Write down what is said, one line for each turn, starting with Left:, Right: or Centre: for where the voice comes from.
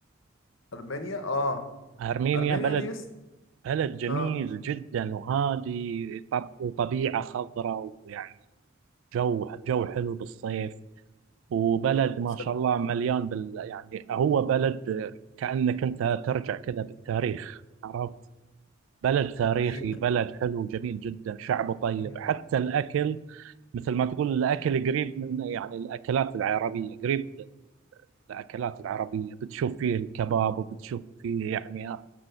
Left: ارمينيا اه
Right: ارمينيا
Left: ارمينيا
Right: بلد
Left: دي لسه
Right: بلد جميل
Left: اه
Right: جدا وهادي طب وطبيعة خضراء ويعني جو جو حلو بالصيف وبلد ما
Left: صد-
Right: شاء الله مليان بال يعني هو بلد كأنك أنت ترجع كذا بالتاريخ عرفت بلد تاريخي
Left: هي
Right: بلد حلو جميل جدا شعبه طيب
Left: مم.
Right: حتى الأكل مثل ما تقول الأكل قريب من يعني الأكلات العربية قريب للأكلات العربية بتشوف فيه الكباب وبتشوف فيه يعني